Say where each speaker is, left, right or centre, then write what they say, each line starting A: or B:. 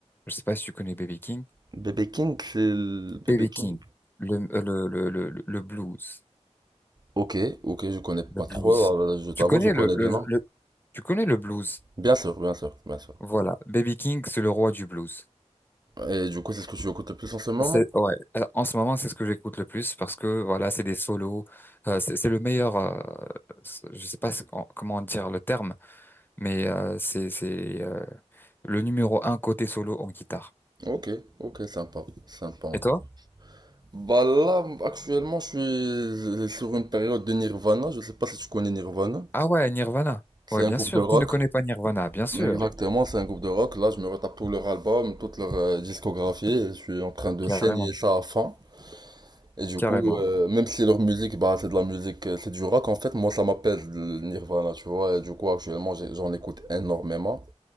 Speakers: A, on the left; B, on the right.
A: Je sais pas si tu connais Baby King.
B: Bébé King, c'est le- Bébé
A: Baby
B: King.
A: King, le, euh, le, le, le, le le blues.
B: Ok, ok, je connais pas
A: Le blues.
B: trop, euh, je t'avoue,
A: Tu connais
B: je connais
A: le, le,
B: deux noms.
A: le- tu connais le blues.
B: Bien sûr, bien sûr, bien sûr.
A: Voilà. Baby King, c'est le roi du blues.
B: Et du coup, c'est ce que tu écoutes le plus en ce moment?
A: C'est ouais. Euh, En ce moment, c'est ce que j'écoute le plus parce que voilà, c'est des solos. Euh, c'est c'est le meilleur. euh, c'est- je sais pas ce- en- comment dire le terme, mais euh, c'est c'est euh, le numéro un côté solo en guitare.
B: Ok, ok, sympa, sympa en
A: Et
B: tout
A: toi?
B: cas. Bah là, actuellement, je suis euh, sur une période de Nirvana, je sais pas si tu connais Nirvana.
A: Ah ouais, Nirvana.
B: C'est
A: Ouais,
B: un
A: bien
B: groupe
A: sûr.
B: de rock.
A: Qui ne connaît pas Nirvana? Bien sûr.
B: Exactement, c'est un groupe de rock. Là, je me retape tout leur album, toute leur euh, discographie, et je suis en train de
A: Carrément,
B: saigner ça à fond. Et du
A: carrément.
B: coup, euh, même si leur musique, bah, c'est de la musique, euh, c'est du rock, en fait, moi, ça m'appelle le Nirvana, tu vois. Et du coup, actuellement, j'ai- j'en écoute énormément.